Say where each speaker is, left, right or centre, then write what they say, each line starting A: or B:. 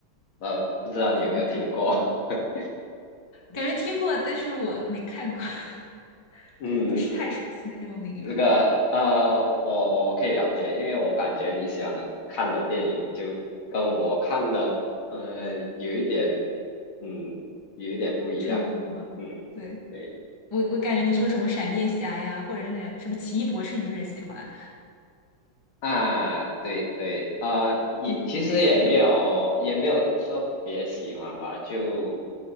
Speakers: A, on the left; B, on the left.
A: 呃，不知道你有没有听过？
B: 阿布塔
A: <laughs>
B: 感觉听过，但是我没看过，<laughs>
A: 嗯，
B: 就是不是太熟悉的那种领域。
A: 这。这个呃，我我可以了解，因为我感觉你喜欢的看的电影就跟我看的，呃，有一点，嗯，有一点不一样，
B: 出入是吗？
A: 嗯，
B: 对，
A: 对
B: 我我感觉你说什么闪电侠呀，或者是那种什么奇异博士，你是不是也喜欢？
A: 啊，对对啊，呃也其实也没有也没有特别喜欢吧，
B: 就是这种类型的。
A: 就